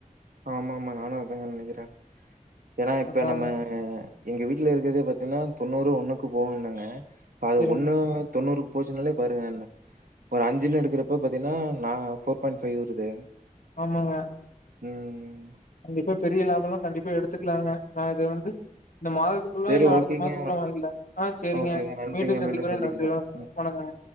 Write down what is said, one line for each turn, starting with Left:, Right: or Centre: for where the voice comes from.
Right: ஆமா ஆமாங்க நானு அத்தாங்க நெனைக்கிறே ஏன்னா இப்ப
Left: அதாங்க.
Right: நம்ம எங்க வீட்ல இருக்கறதே பாத்தீங்கன்னா தொண்ணூறு ஒண்ணுக்கு போகுல்லங்க அது
Left: சரிங்க.
Right: ஒண்ணா வளத் தொண்ணூறுக்கு போச்சுன்னாலே பாருங்க என்ன ஒரு அஞ்சுன்னு எடுக்கிறப்ப பாத்தீங்கன்னா நா ஃபோர் பாயிண்ட் ஃபைவ் வருது
Left: ஆமாங்க
Right: ம் ம்
Left: கண்டிப்பா பெரிய லாபோ எல்லா கண்டிப்பா எடுத்துக்கலாங்க நா இது வந்து இந்த மாதத் துகுள்ள
Right: சரி,
Left: இல்ல அடுத்த
Right: ஓகேங்க.
Left: மாசத்துக்குள்ள வாங்கிட்லாம் ஆ சேரிங்க
Right: ஓகேங்க. நன்றிங்க.
Left: மீண்டும் சந்திக்கிறே
Right: சந்திக்கலாம்.
Left: நன்றி வணக்கங்க
Right: ம்.
Left: வணக்கங்க